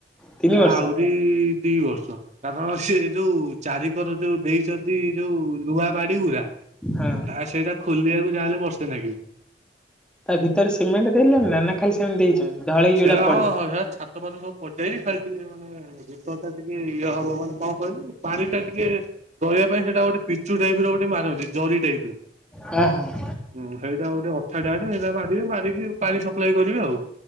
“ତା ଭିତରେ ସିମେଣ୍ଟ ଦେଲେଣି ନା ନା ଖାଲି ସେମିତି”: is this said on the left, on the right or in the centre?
Centre